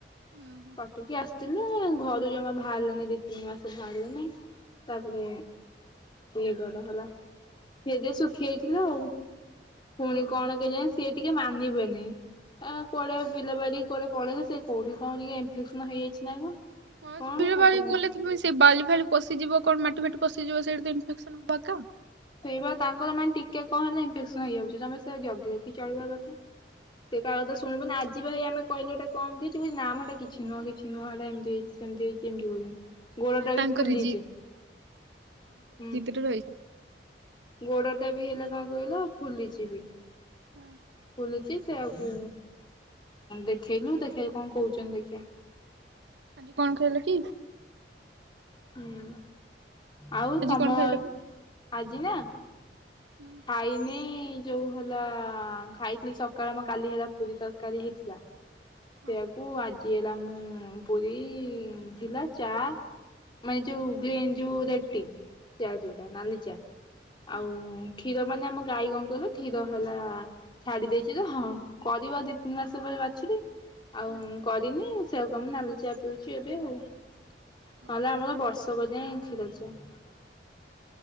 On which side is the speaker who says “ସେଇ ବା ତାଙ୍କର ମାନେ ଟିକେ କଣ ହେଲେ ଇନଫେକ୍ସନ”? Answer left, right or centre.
Left